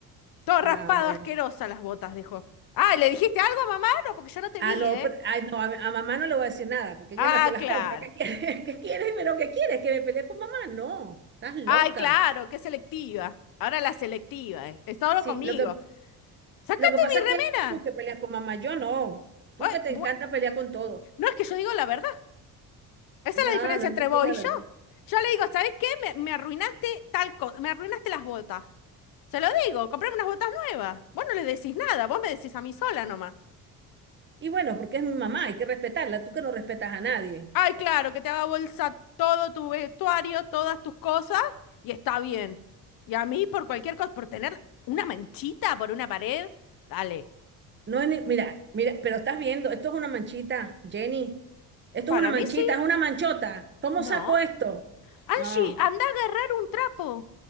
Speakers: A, on the left; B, on the right.
A: Todo raspado,
B: ah, bueno.
A: asquerosa las botas, dijo. Ah, ¿le dijiste algo a mamá? No, porque yo no te
B: Ah,
A: vi,
B: no,
A: ¿eh?
B: pero- ay, no, a, a mamá no le voy a decir nada, porque ella
A: Ah,
B: es la que las
A: claro.
B: compra. ¿Qué quieres? <laughs> ¿Qué quieres? ¿Pero qué quieres? ¿Que me pelee con mamá? No, estás loca.
A: Ay, claro, qué selectiva. Ahora la selectiva, eh. Está ahora
B: Sí,
A: conmigo.
B: lo que,
A: ¡Sácate
B: Lo que pasa
A: mi
B: es que eres
A: remera!
B: tú que peleas con mamá, yo no. Tú
A: Ay,
B: que te
A: bu-
B: encanta pelear con todo.
A: no es que yo digo la verdad. Esa
B: No,
A: es la diferencia
B: no, es
A: entre
B: así
A: vos
B: la
A: y yo.
B: verdad.
A: Yo le digo, ¿sabes qué? Me, me arruinaste tal cosa, me arruinaste las botas. Se lo digo, comprame unas botas nuevas. Vos no le decís nada, vos me decís a mí sola nomás.
B: Y bueno, porque es mi mamá, hay que respetarla. Tú que no respetas a nadie.
A: Ay, claro, que te haga bolsa todo tu vestuario, todas tus cosas, y está bien. Y a mí, por cualquier cosa, por tener una manchita por una pared, dale.
B: No es ni- mira, mira, pero estás viendo, esto es una manchita, Jenny. Esto
A: Para
B: es una manchita,
A: mí sí.
B: es una manchota. ¿Cómo
A: No.
B: saco esto?
A: Angie,
B: No.
A: anda a agarrar un trapo.